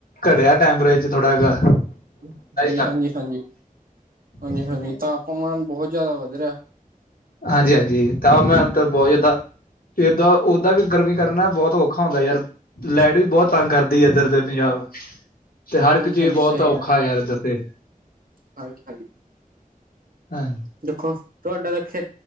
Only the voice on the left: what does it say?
ਘਟਿਆ ਟੈਂਪਰਾਚਰ ਥੋੜਾ ਜਿਹਾ
ਕਰ
<unintelligible>
ਹਾਂਜੀ, ਹਾਂਜੀ ਤਾਂ ਮੈਂ ਤਾਂ ਬਹੁਤ ਜ਼ਿਆਦਾ ਏਦਾਂ, ਓਦਾਂ ਵੀ ਗਰਮੀ ਕਰਨਾ ਬਹੁਤ ਔਖਾ ਹੁੰਦਾ ਯਾਰ ਲਾਈਟ ਵੀ ਬਹੁਤ ਤੰਗ ਕਰਦੀ ਇੱਧਰ ਤੇ ਪੰਜਾਬ ਤੇ ਹਰ ਇੱਕ
ਚੀਜ਼
ਬਹੁਤ
ਔਖਾ
ਯਾਰ ਇੱਧਰ ਤੇ
ਹਾਂ